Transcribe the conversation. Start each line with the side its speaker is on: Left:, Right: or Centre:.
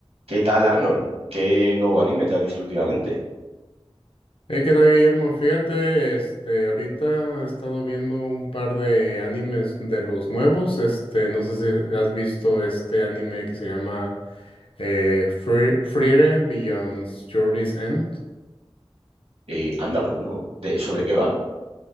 Right: ¿Qué tal, Arnold? ¿Qué nuevo anime te has visto últimamente?
Left: Hey, ¿qué tal, Guillermo? Fíjate, este, ahorita he estado viendo un par de animes de los nuevos. Este, no sé si has visto este anime que se llama eh, Free, Frieren Beyond Journey's End.
Right: Eh, anda, pues no. ¿De, sobre qué va?